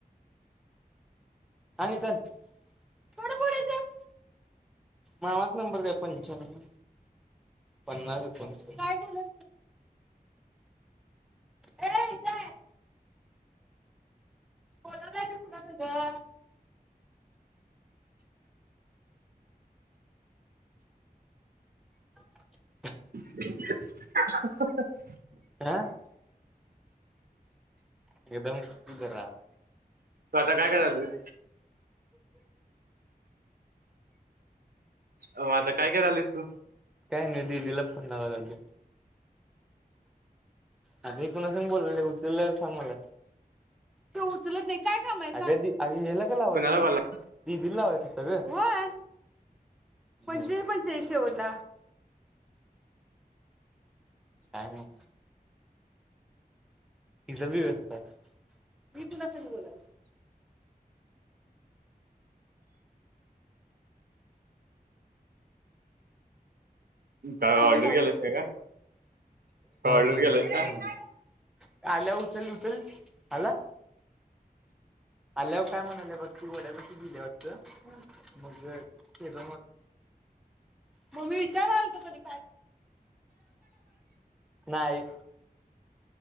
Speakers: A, in the centre; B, on the right (about 70°).
A: हा नूतन थोडं पुढ चल. मामा नंबर द्या पंच्यानव पन्नास एकोण काय केलं. ए जाय. कोणालाच कोणा तं <inaudible>
B: <inaudible>
A: का? एकदम खरा
B: तू आता काय करायलीस हो आता काय करालीस तू.
A: काय नाही दीदीला फोन लावा लागलोय. आधी कुना संग बोललोय उचलल्यावर सांग मला ते उचलत नाही काय काम हाय सांग हेला का लावालोय
B: कुणाला
A: मी
B: कॉल
A: दीदीला लावायच. होय पंचेचाळीस पंचेचाळीस शेवटला का नाही. तिझ बी व्यवस्था आहे मी कुणा संग बोलाल.
B: काय
A: हे
B: ऑर्डर
A: नाही
B: केलायस का काय ऑर्डर
A: दिदि
B: केलायस
A: कड
B: का
A: फोन नाही. आल्या उचल उचलच आला. अल्याव काय म्हणाले बघू वड्या बशी गेले वाटत. मग जेवुया केस मग मी विचारालतो कनी नाही.